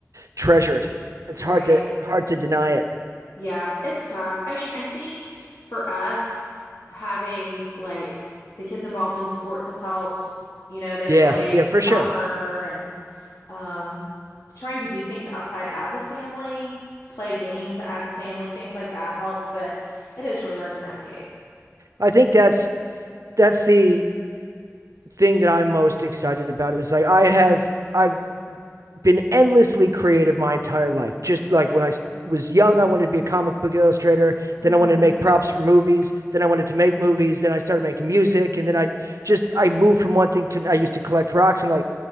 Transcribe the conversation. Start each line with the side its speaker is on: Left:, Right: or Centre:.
Right: treasured. It's
Left: Right.
Right: hard to hard to deny it.
Left: Yeah, it's tough. I mean, I think for us, having like the kids involved in sports has helped. You know, they
Right: Yeah,
Left: play
Right: yeah, for
Left: soccer
Right: sure.
Left: and um, trying to do things outside as a family, play games as a family, things like that helps, but it is really hard to navigate.
Right: I think that's that's the thing that I'm most excited about is like I have I been endlessly creative my entire life. Just like when I was young, I wanted to be a comic book illustrator.
Left: hmm
Right: Then I wanted to make props for movies. Then I wanted to make movies. Then I started making music. And then I just, I moved from one thing to, I used to collect rocks and like,